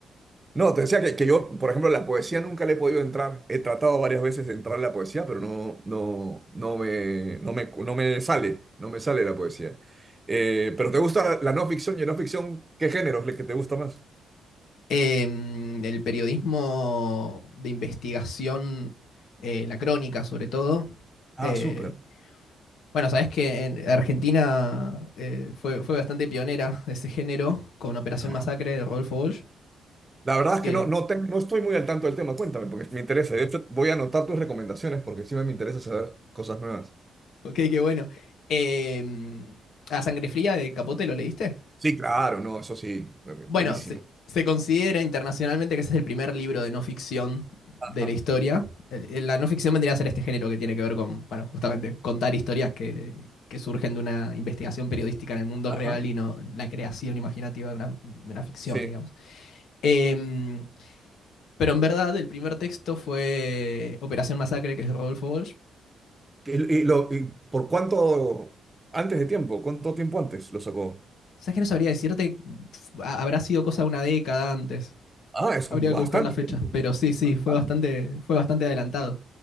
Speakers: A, on the right (about 25°); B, on the left (about 75°).
A: No, te decía que, que yo, por ejemplo, la poesía nunca le he podido entrar. He tratado varias veces de entrar a la poesía, pero no, no, no me, no me, no me sale, no me sale la poesía. Eh, pero ¿te gusta la no ficción y no ficción? ¿Qué género es el que te gusta más?
B: Eh, el periodismo de investigación, eh, la crónica sobre todo.
A: Ah,
B: eh,
A: súper.
B: bueno, sabes que en Argentina eh, fue, fue bastante pionera de ese género con Operación
A: Ajá.
B: Masacre de Rodolfo Walsh.
A: La verdad es
B: Que,
A: que no, no, te- no estoy muy al tanto del tema. Cuéntame, porque me interesa. De hecho, voy a anotar tus recomendaciones porque sí me me interesa saber cosas nuevas.
B: ok, qué bueno. Eh, a Sangre Fría de Capote, ¿lo leíste?
A: Sí, claro, no, eso sí,
B: Bueno,
A: buenísimo.
B: se, se considera internacionalmente que ese es el primer libro de no ficción
A: Ajá.
B: de la historia. El- el- La no ficción vendría a ser este género que tiene que ver con, bueno, justamente contar historias que, que surgen de una investigación periodística en el mundo
A: Ajá.
B: real y no la creación imaginativa de una, de una ficción,
A: Sí.
B: digamos. Em, pero en verdad, el primer texto fue Operación Masacre, que es de Rodolfo Walsh.
A: ¿Y, y lo, y por cuánto antes de tiempo? ¿Cuánto tiempo antes lo sacó?
B: ¿Sabes que no sabría decirte? F- ha- Habrá sido cosa de una década antes.
A: Ah, es
B: Habría
A: bastante
B: que buscar la fecha.
A: tiempo.
B: Pero sí, sí,
A: Bastante.
B: fue bastante, fue bastante adelantado.